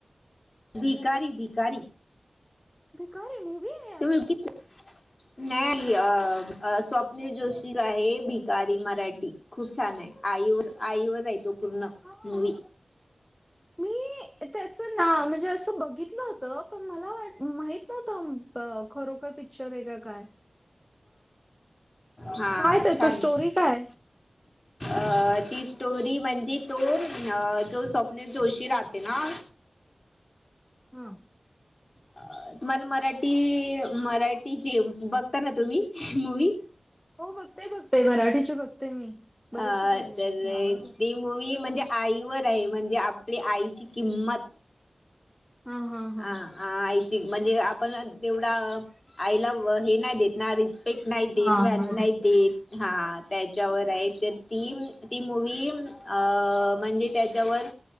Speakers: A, on the left; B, in the centre.
A: भिकारी भिकारी
B: भिकारी मुवीय.
A: <unintelligible> नाही अ अ स्वप्नील जोशीच आहे, भिकारी मराठी. खूप छान आहे आईवर, आईवर आहे तो पूर्ण
B: हा
A: मूवी.
B: मी त्याच नाव म्हणजे असं बघितलं होतं पण मला वा माहीत नव्हतं. अ खरोखर पिक्चर वेग काय?
A: हा
B: काय त्याच
A: छान
B: स्टोरी काय?
A: अ ती स्टोरी म्हणजे तो उम्म अ तो स्वप्नील जोशी राहते ना
B: हं.
A: अ तुम्हाल मराठी, मराठी जे बघता ना तुम्ही मूवी?
B: हो बगतोय बगतोय मराठीचे बगतोय मी. बरेचसे
A: अ
B: पाहिलेले
A: तर
B: आहेत मी आवडतात मला.
A: ती मूवी म्हणजे आ आईवर आहे म्हणजे आपली आईची किंमत.
B: हां, हां, हां.
A: आ आ आईची म्हणजे आपण तेवढा आईला व हे नाही देत ना रिस रिस्पेक्ट नाय देत,
B: हां,
A: व्हॅल्यू नाय
B: रिस्पेक्ट
A: देत
B: आहे.
A: हां त्याच्यावर आहे ते. तीम ती मूवी येऊन अं म्हणजे त्याच्यावर